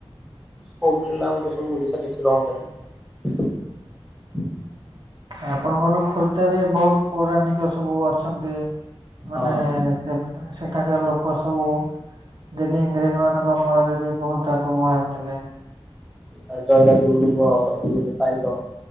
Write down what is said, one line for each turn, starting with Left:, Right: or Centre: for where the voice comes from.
Centre: <unintelligible> ଆମର ସବୁ ଓଡିଶା ଦେଖି। <unintelligible> <inaudible>
Right: ଆପଣଙ୍କର ଖୋର୍ଦ୍ଧା ରେ ବହୁତ୍ ପୌରାଣିକ ସବୁ ଅଛନ୍ତି।
Centre: ନା
Right: ମାନେ
Centre: ହଁ।
Right: ସେଠା ସେଠାକାର ଲୋକ ସବୁ <unintelligible> ଇଂରେଜ ମାନଙ୍କ ଅମଳରେ ବି ବହୁତ୍ ଆଗକୁ ବାହାରୁଥିଲେ।
Centre: ଆ ଜୟୀରାଜଗୁରୁ <unintelligible> ପାଇକ।